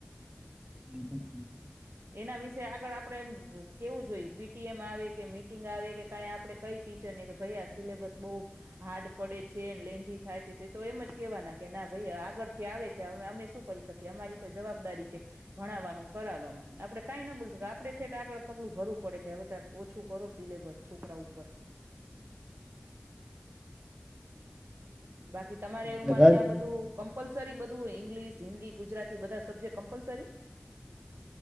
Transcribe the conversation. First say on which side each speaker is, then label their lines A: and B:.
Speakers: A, on the right (about 20°); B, on the right (about 80°).
A: અહહ
B: એના વિશે આગળ આપડે એમ કેવું જોઈ... પીટીએમ આવે કે, મીટિંગ આવે કે કઈ આપણે કઈ ટીચરને કે, ભાઈ આ સિલેબસ બહુ હાર્ડ પડે છે, લેન્ધી થાય છે, તો એમ જ કેહેવાના કે ના ભાઈ આગળ થી આવે છે. અમે શું કરી શકીએ. અમારી તો જવાબદારી છે. ભણાવવાનું, કરાવવાનું. આપણે કાંઈ ના બોલી શક આપણે થેટ આગળ પગલું ભરું... પડે કે, હવે કઈક ઓછું કરો સિલેબસ છોકરા ઉપર. બાકી, તમારે એવુંમાં
A: બધા
B: ત્યાં
A: જ
B: બધું... કમ્પલસરી બધું ઇંગ્લિશ, હિન્દી, ગુજરાતી બધા સબ્જેક્ટ કમ્પલસરી.